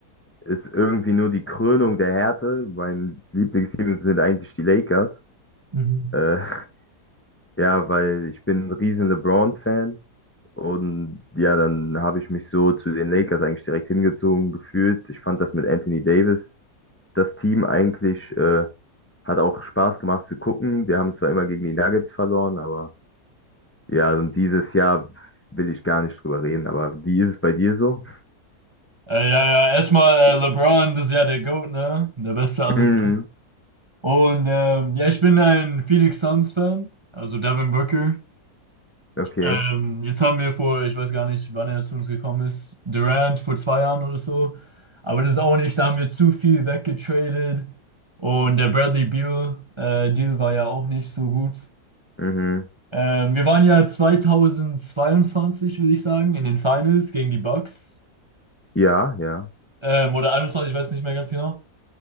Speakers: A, on the left; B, on the right.
A: ist irgendwie nur die Krönung der Härte. Mein Lieblingsteam sind eigentlich die Lakers.
B: Mhm.
A: Äh, <laughs> ja, weil ich bin ein riesen LeBron-Fan. Und ja, dann habe ich mich so zu den Lakers eigentlich direkt hingezogen gefühlt. Ich fand das mit Anthony Davis. Das Team eigentlich äh, hat auch Spaß gemacht zu gucken. Wir haben zwar immer gegen die Nuggets verloren, aber ja, und dieses Jahr will ich gar nicht drüber reden. Aber wie ist es bei dir so?
B: Äh, ja, ja, erstmal äh, LeBron, das ist ja der GOAT, ne? Der Beste aller
A: Mm,
B: Zeiten. Und ähm, ja, ich bin ein Phoenix Suns-Fan, also Devin Booker.
A: okay.
B: Ähm, jetzt haben wir vor, ich weiß gar nicht, wann er zu uns gekommen ist, Durant vor zwei Jahren oder so. Aber das ist auch nicht, da haben wir zu viel weggetradet. Und der Bradley Beal äh, Deal war ja auch nicht so gut.
A: Mhm.
B: Ähm, wir waren ja 2022, würde ich sagen, in den Finals gegen die Bucks.
A: Ja, ja.
B: Ähm, oder 21, ich weiß nicht mehr ganz genau.